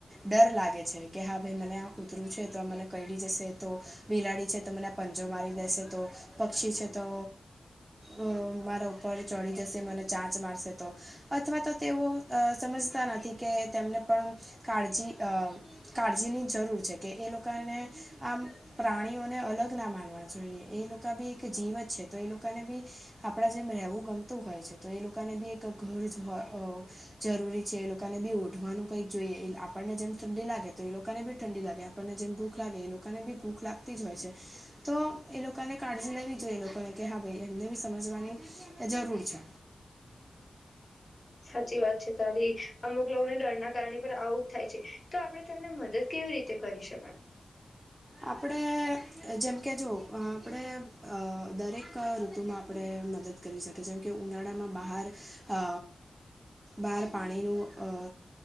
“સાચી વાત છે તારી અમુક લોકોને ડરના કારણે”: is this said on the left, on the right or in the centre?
Left